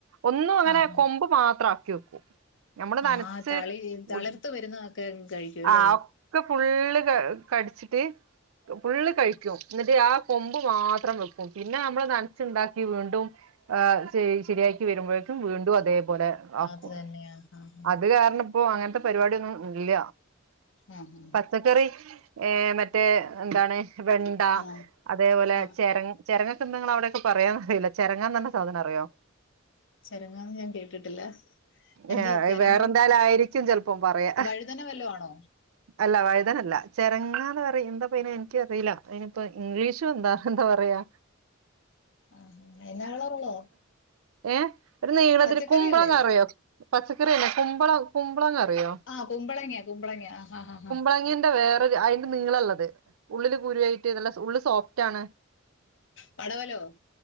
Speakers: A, on the right; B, on the left.
A: ഒന്നും അങ്ങനെ
B: ആഹ്
A: കൊമ്പ് മാത്രം ആക്കി വെക്കും നമ്മള്
B: ആഹ്
A: നനച്ച്
B: ആഹ് തളി തളിർത്ത്
A: ഒ
B: വരുന്നതൊക്കെ കഴിക്കും അല്ലേ
A: ആഹ് ഒ ക്കെ ഫുള്ള് ക കടിച്ചിട്ട് ഫുള്ള് കഴിക്കും എന്നിട്ട് ആ കൊമ്പ് മാത്രം വെക്കും പിന്നെ നമ്മള് നനച്ചുണ്ടാക്കി വീണ്ടും ഏഹ് ശെ ശെരിയാ ക്കി വരുമ്പൊഴേക്കും വീണ്ടും അതേ പോലെ ആക്കും
B: അത് തന്നെയാ ആഹ്
A: അത് കാരണം പ്പൊ അങ്ങനത്തെ പരിപാടിയൊന്നും ഇല്ല
B: ആഹ് ആഹ്
A: പച്ചക്കറി ഏഹ് മറ്റേ എന്താണ് വെണ്ട
B: ആഹ് ആഹ്
A: അതേ പോലെ
B: ആഹ്
A: ചെര ചെരങ്ങക്ക് എന്താ നിങ്ങള അവിടേക്ക പറയാന്ന് അറിയില്ല ചെരങ്ങാന്ന് പറയണ സാധനം അറിയോ
B: ചെരങ്ങാന്ന് ഞാൻ കേട്ടിട്ടില്ല എന്തുവാ
A: ഏഹ്
B: ചെരങ്ങ
A: വേറെന്താലും ആയിരിക്കും ചെലപ്പം പറയാ
B: വഴുതന വല്ലോ ആണോ
A: അല്ല വഴുതന അല്ല ചെരങ്ങാന്ന് പറയ് എന്താപ്പാ അയിന് എനിക്കറിയില്ല അയിനിപ്പോ ഇംഗ്ലീഷും എന്താ എന്താ പറയാ
B: ആഹ് <unintelligible> ഒള്ളോ
A: ഏഹ് ഒരു നീളത്തില്
B: പച്ചക്കറിയല്ലേ
A: കുമ്പളങ്ങ അറിയോ പച്ചക്കറി അല്ല കുമ്പളം കുമ്പളങ്ങ അറിയോ
B: ആഹ് കുമ്പളങ്ങ കുമ്പളങ്ങ ആഹ് ഹ ഹ ഹാ
A: <unintelligible> <unintelligible> അയിന്റെ നീളള്ളത് ഉള്ളില് കുരുവായിട്ട് നല്ല സ് ഉള്ള് സോഫ്റ്റാണ്
B: പടവലോ